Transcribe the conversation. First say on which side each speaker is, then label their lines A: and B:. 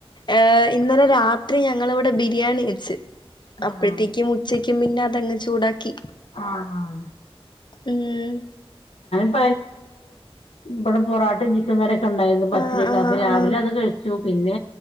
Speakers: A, on the left (about 50°); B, on the left (about 80°).
A: ഏ ഇന്നലെ രാത്രി ഞങ്ങള് ഇവിടെ ബിരിയാണി വെച്ച്
B: ആഹ്
A: അപ്പോഴ്ത്തേക്കും ഉച്ചക്കും പിന്നെ അതങ്ങ് ചൂടാക്കി
B: ആ ആഹ്
A: ഉം
B: <unintelligible> ഇവിടെ പൊറാട്ടയും ചിക്കൻ കറിയൊക്കെ ഉണ്ടായിരുന്നു പത്തിരി
A: ആഹ്
B: ഒക്കെ
A: ആഹ്
B: അപ്പോ രാവിലെ
A: ആഹ്
B: അത് കഴിച്ചു പിന്നെ